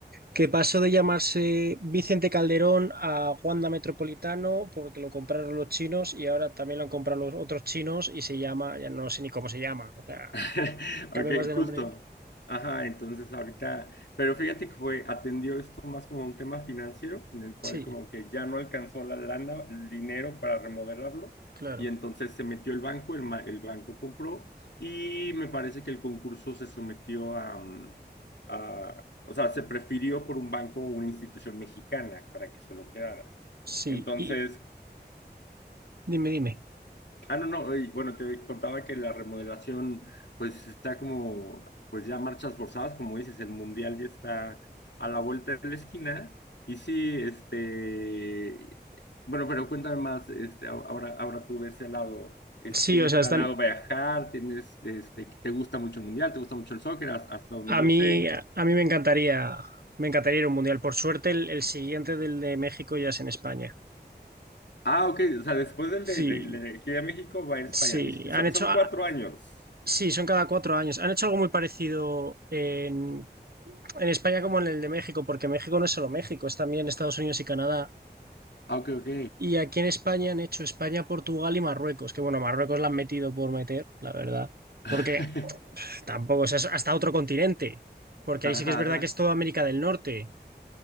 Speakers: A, on the right; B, on the left.
A: que pasó de llamarse Vicente Calderón a Wanda Metropolitano porque lo compraron los chinos y ahora también lo han comprado los otros chinos y se llama, ya no sé ni cómo se llama, o sea,
B: <laughs>
A: cambia
B: Ok,
A: más de
B: justo.
A: nombre.
B: Ajá, entonces ahorita, pero fíjate que fue, atendió esto más como un tema financiero, en el cual
A: Sí,
B: como que ya no alcanzó la lana, el dinero para remodelarlo,
A: claro,
B: y entonces se metió el banco, el, ma- el banco compró, y me parece que el concurso se sometió a, mm, a, o sea, se prefirió por un banco o una institución mexicana para que se lo quedara.
A: sí.
B: Entonces,
A: Y dime, dime.
B: Ah, no, no, y bueno, te contaba que la remodelación pues está como, pues ya marchas forzadas, como dices, el mundial ya está a la vuelta de la esquina. Y sí, este, bueno, pero cuéntame más, este, a- ahora, ahora tú de ese lado, es-
A: Sí,
B: ¿tienes
A: o sea,
B: planeado
A: están,
B: viajar? ¿Tienes, este, que te gusta mucho el mundial? ¿Te gusta mucho el soccer? Has- Hasta, donde
A: a
B: yo
A: mí,
B: sé.
A: a mí me encantaría, me encantaría ir a un mundial. Por suerte, el, el siguiente del de México ya es en España.
B: Ah, ok, o sea, después del de,
A: Sí,
B: del de aquí de México va a ir a España.
A: sí,
B: Y son,
A: han hecho,
B: son cuatro años.
A: sí, son cada cuatro años. Han hecho algo muy parecido en En España como en el de México, porque México no es solo México, es también Estados Unidos y Canadá.
B: Ah, Ok, ok.
A: Y aquí en España han hecho España, Portugal y Marruecos, que bueno, Marruecos la han metido por meter, la verdad,
B: <laughs>
A: porque tampoco, o sea, es hasta otro continente, porque
B: Ajá,
A: ahí sí que es verdad
B: ajá.
A: que es toda América del Norte.